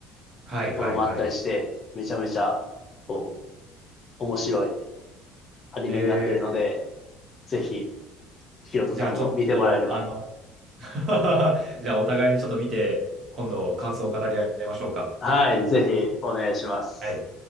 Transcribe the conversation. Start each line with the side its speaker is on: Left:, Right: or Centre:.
Right: はいはいはい。
Left: ところもあったりして、めちゃめちゃ、こう、面白いアニメになっているので、
Right: え
Left: ぜひ、ひろとさんも見てもらえれば、
Right: ー、じゃあちょっと、あの、<laughs> じゃあ、お互いにちょっと見て、今度感想を語り合いましょうか。
Left: はい、ぜひ、お願いします。
Right: はい。